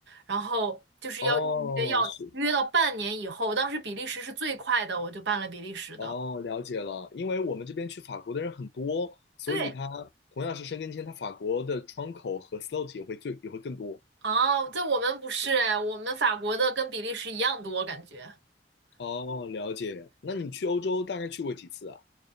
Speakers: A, on the right (about 80°); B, on the left (about 70°).
A: 然后就是要预约，
B: 哦，
A: 要约到半年以后。
B: 是，
A: 当时比利时是最快的，我就办了比利时的。
B: 哦，了解了。因为我们这边去法国的人很多，所以他同样是申根签，
A: 对，
B: 他法国的窗口和 slot 也会最也会更多。
A: 哦，在我们不是哎，我们法国的跟比利时一样多，感觉。
B: 哦，了解。那你去欧洲大概去过几次啊？